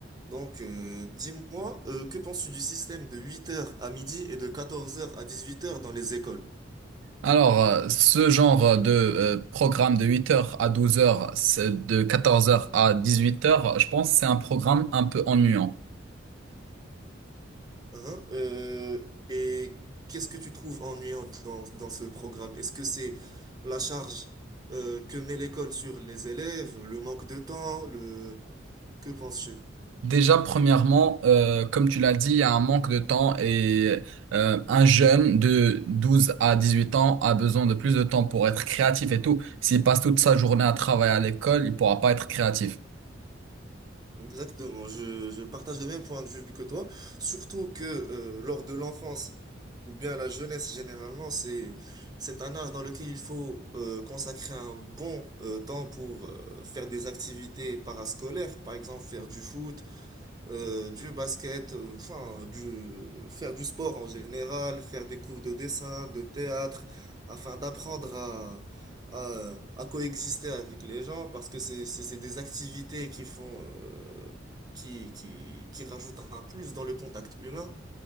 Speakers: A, on the right; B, on the right.
A: Donc, euh, dis-moi, euh, que penses-tu du système de huit heures à midi et de quatorze heures à dix-huit heures dans les écoles?
B: Alors, euh, ce genre de euh, programme de huit heures à 12h, de quatorze heures à dix-huit heures, je pense que c'est un programme un peu ennuyant.
A: Hein Euh, et qu'est-ce que tu trouves ennuyant dans, dans ce programme? Est-ce que c'est la charge euh, que met l'école sur les élèves, le manque de temps, le... Que penses-tu?
B: Déjà, premièrement, euh, comme tu l'as dit, il y a un manque de temps et euh, un jeune de 12 à 18 ans a besoin de plus de temps pour être créatif et tout. S'il passe toute sa journée à travailler à l'école, il pourra pas être créatif.
A: Exactement, je, je partage le même point de vue que toi, surtout que euh, lors de l'enfance ou bien la jeunesse généralement, c'est c'est un âge dans lequel il faut euh, consacrer un bon euh, temps pour euh, faire des activités parascolaires, par exemple faire du foot, euh, du basket, euh, enfin, du, faire du sport en général, faire des cours de dessin, de théâtre, afin d'apprendre à, à, à coexister avec les gens, parce que c'est, c'est, c'est des activités qui font, euh, qui, qui, qui rajoutent un plus dans le contact humain.